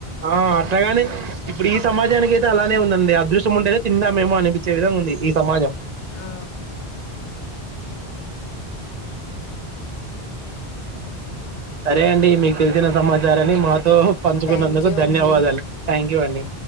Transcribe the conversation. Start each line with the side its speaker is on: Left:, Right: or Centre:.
Right: ఆ అట్గాని ఇప్పుడు ఈ సమాజానికి అయితే అలానే ఉందండి అదృష్ట్యం ఉంటేనే తింద ఏమో అనిపించే విధంగా ఉంది ఈ సమాజం
Left: ఆ
Right: సరే అండి మీకు తెలిసిన సమాచారాన్ని మాత్ తో పంచుకున్నందుకు
Left: థ్యాంక్ యూ
Right: ధన్యవాదాలు
Left: అండి
Right: థ్యాంక్ యు అని